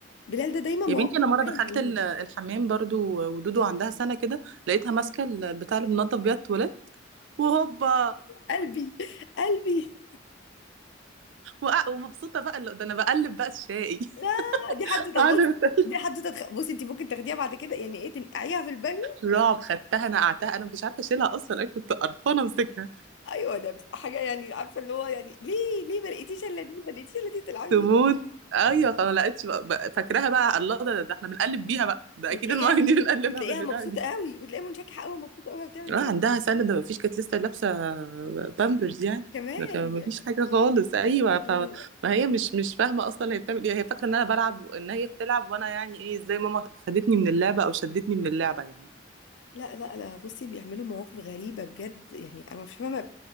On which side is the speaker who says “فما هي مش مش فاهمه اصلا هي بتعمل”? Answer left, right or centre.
Right